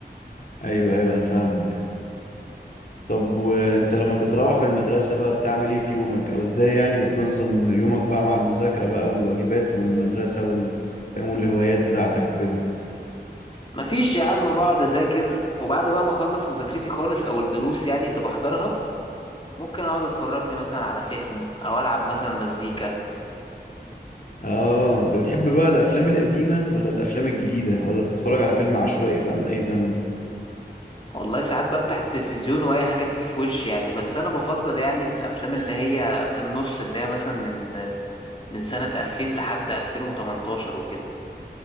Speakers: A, on the left (about 55°); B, on the left (about 30°).
A: ايوه ايوه انا فاهمك طب وانت لما بتروح من المدرسة بقى بتعمل ايه في يومك او ازاي يعني بتنظم يومك بقى مع المذاكرة بقى والواجبات والمدرسة وال... فاهم والهوايات بتاعتك وكده
B: مفيش يا عم بقعد اذاكر وبعد بقى ما اخلص مذاكرتي خالص او الدروس يعني اللي بحضرها ممكن اقعد اتفرج لي مثلا على فيلم او العب مثلا مزيكا
A: اه انت بتحب بقى الافلام القديمة ولا الافلام الجديدة ولا بتتفرج على فيلم عشوائي بقى من اي زمن
B: والله ساعات بفتح التلفزيون واي حاجه تيجي في وشي يعني بس انا بفضل يعني الافلام اللي هي في النص اللي هي مثلا من من سنه 2000 لحد 2018 وكده